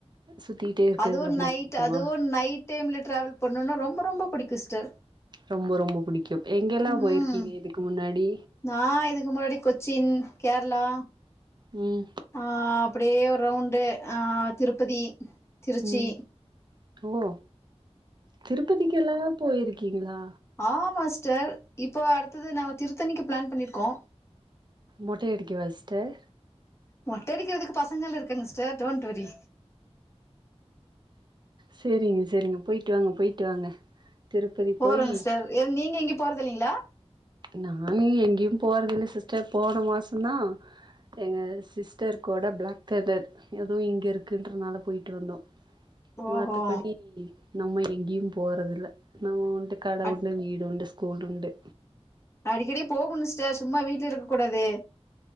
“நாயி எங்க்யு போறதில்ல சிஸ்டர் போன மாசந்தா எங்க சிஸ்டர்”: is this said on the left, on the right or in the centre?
Right